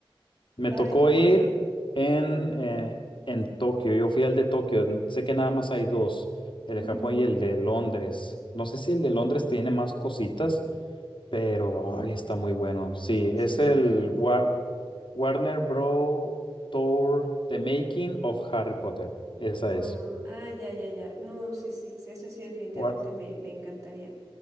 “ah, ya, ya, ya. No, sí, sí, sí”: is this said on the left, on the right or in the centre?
Right